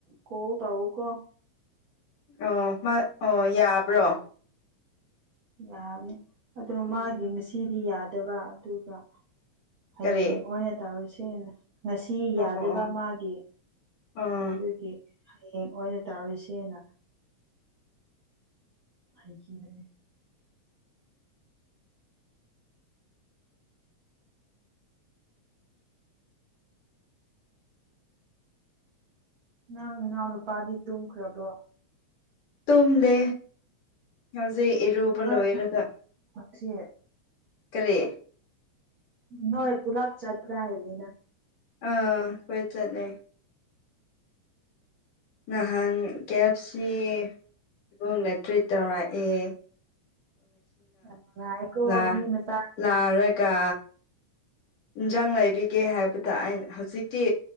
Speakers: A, on the right; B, on the left.
A: ꯀꯣꯜ ꯇꯥꯛꯎꯣ ꯀꯣ
B: ꯑꯣ ꯑꯣ ꯑꯥ ꯌꯥꯕ꯭ꯔꯣ
A: ꯌꯥꯕꯅꯤ ꯑꯗꯣ
B: ꯎꯝ
A: ꯃꯥꯒꯤ ꯉꯁꯤꯗꯤ ꯌꯥꯗꯕ ꯑꯗꯨꯒ ꯍꯌꯦꯡ
B: ꯀꯔꯤ
A: ꯑꯣꯏꯅ ꯇꯧꯔꯁꯦꯅ ꯉꯁꯤ
B: ꯑꯣ
A: ꯌꯥꯗꯕ
B: ꯑꯣ
A: ꯃꯥꯒꯤ
B: ꯑꯣ
A: ꯑꯗꯨꯒꯤ ꯍꯌꯦꯡ ꯑꯣꯏꯅ ꯇꯧꯔꯤꯁꯦꯅ ꯍꯩꯈꯤꯕꯅꯦ ꯅꯪ ꯅꯅꯥꯎꯅꯨꯄꯥꯗꯤ ꯇꯨꯝꯈ꯭ꯔꯕꯣ
B: ꯇꯨꯝꯗꯦ ꯍꯧꯖꯤꯛ ꯏꯔꯨꯕ
A: ꯅꯣꯏ
B: ꯂꯣꯏꯔꯒ
A: ꯁꯤ
B: ꯀꯔꯤ
A: ꯅꯣꯏ ꯄꯨꯂꯞ ꯆꯠꯄ꯭ꯔꯥ ꯍꯥꯏꯕꯅꯤꯅ
B: ꯑꯥ ꯍꯣꯏ ꯆꯠꯂꯦ ꯅꯍꯥꯟ ꯀꯦꯞꯁꯤ ꯏꯕꯨꯡꯗ ꯇ꯭ꯔꯤꯠ ꯇꯧꯔꯛꯑꯦ
A: ꯌꯥꯝ ꯅꯨꯡꯉꯥꯏꯀꯣ
B: ꯂꯥꯛ
A: ꯃꯤ ꯃꯆꯥꯗꯤ
B: ꯂꯥꯔꯒ ꯏꯟꯁꯥꯡ ꯂꯩꯕꯤꯒꯦ ꯍꯥꯏꯕꯗ ꯑꯩ ꯍꯧꯖꯤꯛꯇꯤ